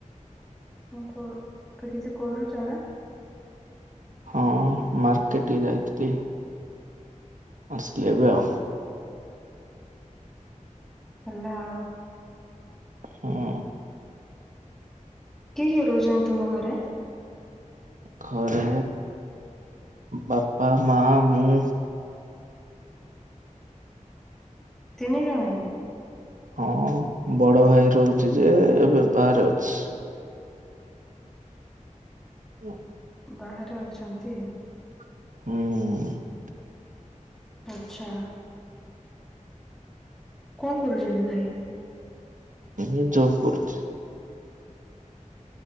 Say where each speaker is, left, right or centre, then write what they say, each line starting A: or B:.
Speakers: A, in the centre; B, on the right.
A: କଣ କରୁ କିଛି କରୁଛ ନା
B: ହଁ ମାର୍କେଟ ଟିକେ ଯାଇଥିଲି। ଆସିଲି ଏବେ ଆଉ
A: ହେଲା ଆଉ
B: ହୁଁ
A: କିଏ କିଏ ରହୁଛନ୍ତି ତମ ଘରେ।
B: ଘରେ ବାପା ମା ମୁଁ
A: ତିନି ଜଣ ହିଁ
B: ହଁ ବଡ ଭାଇ ରହୁଛି ଯେ ଏବେ ବାହାରେ ଅଛି। ହୁଁ
A: ବାହାରେ ଅଛନ୍ତି।
B: ହୁଁ
A: ଆଚ୍ଛା କଣ କରୁଛନ୍ତି ଭାଇ?
B: ଏ ଜବ କରୁଛି।